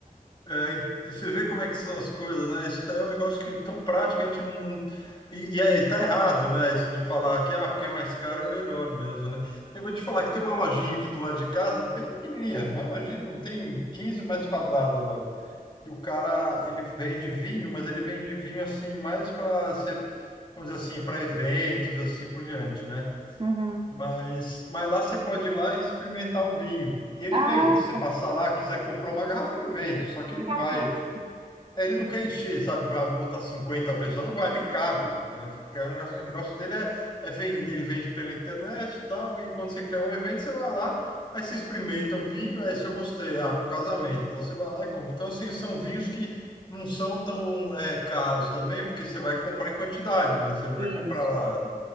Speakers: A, on the left; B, on the right.
A: É, e você vê como é que são as coisas, né? Isso aí é um negócio que é tão prático, a gente não. E, e, é- e tá errado, né? Isso de falar que, ah, porque é mais caro é melhor mesmo, né? Eu vou te falar que tem uma lojinha aqui do lado de casa, bem pequenininha, uma lojinha, não tem 15 metros quadrados a loja. E o cara, ele vende vinho, mas ele vende vinho assim, mais para ser, vamos dizer assim, para eventos, assim por diante, né?
B: Uhum.
A: Mas, mas lá você pode ir lá e experimentar o vinho. E ele
B: Ah,
A: vende. Se você passar lá, quiser comprar uma garrafa, ele vende. Só que
B: que
A: ele
B: bacana.
A: não vai. É, ele não quer encher, sabe? Vai botar 50 pessoas, não vai, nem cabe. Vai ficar um negócio- O negócio dele é, é vender, ele vende pela internet e tal, e quando você quer um evento, você vai lá, aí você experimenta um vinho, aí se eu gostei, ah, pro casamento, então você vai lá e compra. Então, assim, são vinhos que não são tão é, caros também, porque você vai comprar em quantidade, né? Você não vai
B: Isso.
A: comprar lá,